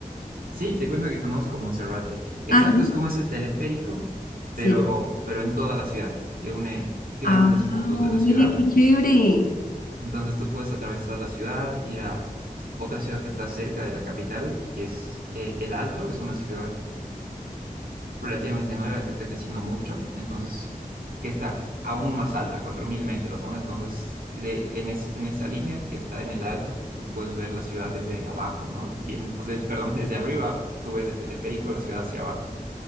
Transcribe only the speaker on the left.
Ah, sí.
Sí.
Ah,
oye, qué chévere.